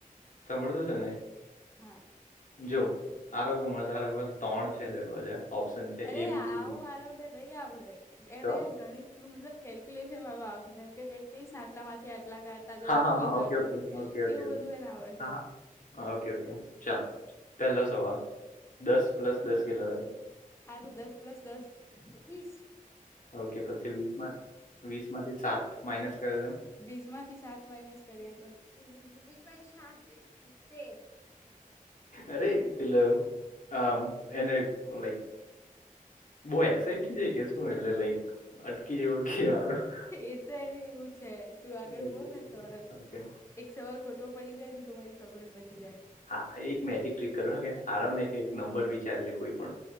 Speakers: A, on the left; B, on the left.
A: સાંભળતો છે ને?
B: હા.
A: જો આરોગમાં બરાબર ત્રણ છે દરવાજા. ઓપ્શન છે
B: અરે
A: એ બી
B: આવું
A: સી ડી
B: આરોને નઈ આવડે એને
A: તો
B: ગણિત હા મતલબ કેલ્ક્યુલેશન વાળું આવશે તેમ કે કઈ કઈ આટલા માંથી આટલા કાટ તાજુ
A: હા
B: આટલું
A: હા હા
B: હો તો
A: ઓકે
B: આટલું
A: ઓકે
B: એવું
A: ઓકે ઓકે ઓકે
B: બધું એને આવડશે.
A: હા હા ઓકે ઓકે ચાલ પહેલો સવાલ દસ પ્લસ દસ કેટલો થાય?
B: સારું દસ પ્લસ દસ વીસ.
A: ઓકે પછી વીસ માં વીસ માંથી સાત માઇનસ કરે તો?
B: વીસ માંથી સાત માઇનસ કરીએ તો વીસ તેર.
A: અરે પેલ આ એને લાઈક બઉુ એક્સાઈટ થ જાય કે શું એટલે લાઈક અટકી જેવો ઘ.
B: એ તો એને એવું છે. તું આગળ
A: ઓકે
B: બોલ
A: ઓકે
B: ને સવાલ
A: ઓકે
B: એક સવાલ ખોટો પડી જાય ને તો મારી ચોકલેટ બચી જાય
A: હ એક મેજિક ટ્રિક કરો હ કે આરામ ને એક નંબર વિચારી લે કોઈ પણ.